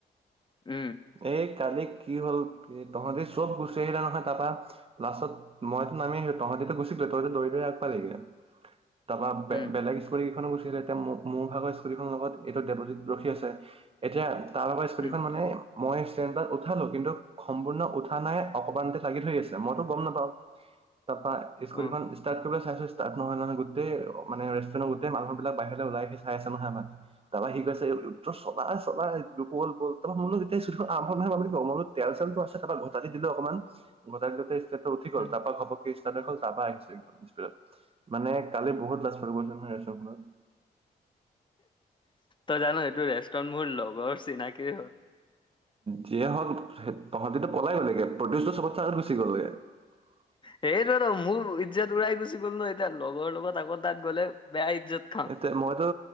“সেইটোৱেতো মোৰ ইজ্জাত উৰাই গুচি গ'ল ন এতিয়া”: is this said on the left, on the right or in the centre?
Left